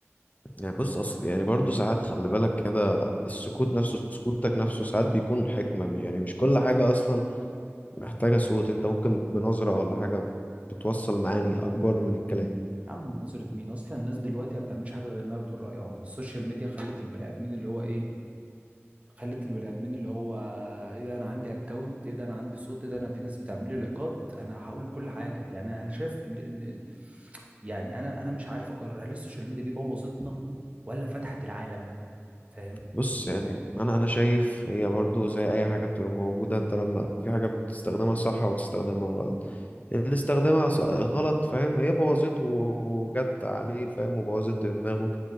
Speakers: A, on the left; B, on the right.
A: يعني بص اصل يعني برضو ساعات خلي بالك كده السكوت نفسه سكوتك نفسه ساعات بيكون حكمة مش يعني مش كل حاجة اصلا محتاجة صوت انت ممكن بنظرة ولا حاجة بتوصل معاني اكبر من الكلام
B: يا عم نظرة مين اصلا الناس دلوقتي ما بتعملش حاجه غير انها بتقول رايها السوشيال ميديا خلت البني ادمين اللي هو ايه خلت البني ادمين اللي هو ايه ده انا عندي اكونت ايه ده انا عندي صوت ايه ده انا في ناس بتعمل لي لايكات انا هقول كل حاجه يعني انا شايف ان ان يعني انا انا مش عارف اقرر هل السوشيال ميديا دي بوظتنا ولا فتحت العالم فاهم
A: بص يعني انا انا شايف هي برضو زي اي حاجه بتبقى موجوده انت لما في حاجه بتستخدمها صح وتستخدمها غلط اللي استخدمها ص- غلط فاهم هي بوظته و- وجت عليه فاهم وبوظت دماغه